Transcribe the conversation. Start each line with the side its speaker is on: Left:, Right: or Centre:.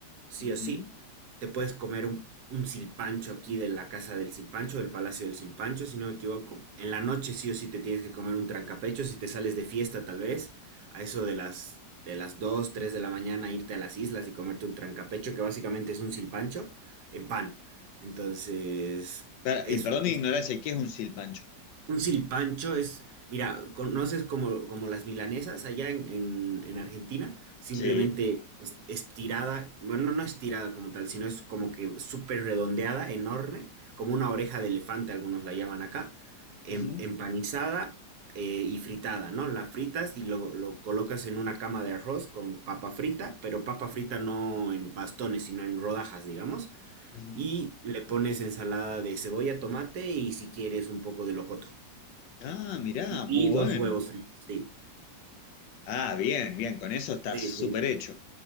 Right: sí
Left: Ujú.
Right: o sí. Te puedes comer un, un silpancho aquí de la casa del silpancho, del palacio del silpancho, si no me equivoco. En la noche sí o sí te tienes que comer un trancapecho, si te sales de fiesta tal vez, a eso de las, de las 2, 3 de la mañana, irte a las islas y comerte un trancapecho, que básicamente es un silpancho en pan. Entonces,
Left: Para-
Right: es
Left: y perdón mi ignorancia, ¿y ¿qué es un silpancho?
Right: un silpancho es, mira, conoces como, como las milanesas allá en, en- en Argentina, simplemente
Left: Sí.
Right: es- estirada, bueno, no no estirada como tal, sino es como que súper redondeada, enorme, como una oreja de elefante, algunos la llaman acá, em-
Left: Ujú,
Right: empanizada eh, y fritada, ¿no? La fritas y lo, lo colocas en una cama de arroz con papa frita, pero papa frita no en bastones, sino en rodajas, digamos,
Left: ujú.
Right: y le pones ensalada de cebolla, tomate y si quieres un poco de locoto.
Left: Ah, mirá, muy
Right: Y
Left: bueno.
Right: dos huevos fritos, sí.
Left: Ah, bien, bien, con eso estás
Right: Sí,
Left: súper
Right: sí.
Left: hecho.